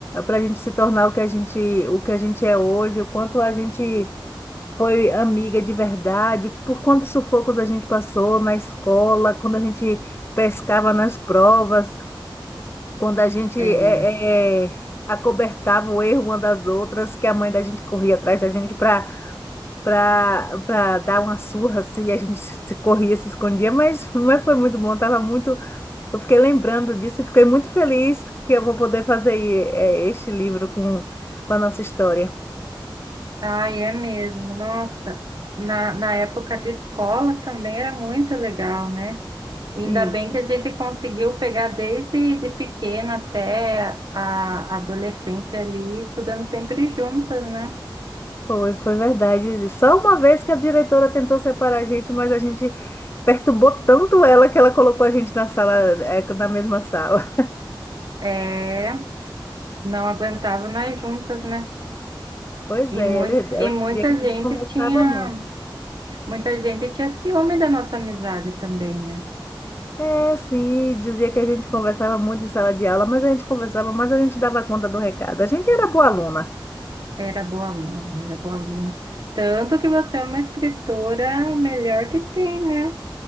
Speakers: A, on the left (about 30°); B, on the right (about 55°).
A: para a gente se tornar o que a gente, o que a gente é hoje, o quanto a gente foi amiga de verdade, por quantos sufocos a gente passou na escola, quando a gente pescava nas provas. Quando a gente
B: É.
A: é, é, acobertava o erro uma das outras, que a mãe da gente corria atrás da gente para para dar uma surra, assim, e a gente se corria, se escondia, mas, mas foi muito bom, tava muito, eu fiquei lembrando disso e fiquei muito feliz que eu vou poder fazer é, este livro com, com a nossa história.
B: Ai, é mesmo, nossa. Na, na época de escola também era muito legal, né? Ainda
A: Isso,
B: bem que a gente conseguiu pegar desde de pequena até a adolescência ali, estudando sempre juntas, né?
A: foi, foi verdade. Só uma vez que a diretora tentou separar a gente, mas a gente perturbou tanto ela que ela colocou a gente na sala, é, na mesma sala.
B: É, não aguentava nós juntas, né?
A: Pois
B: E,
A: é,
B: muito,
A: ela, ela
B: e muita
A: dizia que a
B: gente
A: gente conversava
B: tinha,
A: muito.
B: muita gente tinha ciúme da nossa amizade também, né?
A: É, sim, dizia que a gente conversava muito em sala de aula, mas a gente conversava, mas a gente dava conta do recado. A gente era boa aluna.
B: Era boa aluna, era boa aluna. Tanto que você é uma escritora melhor que tem, né?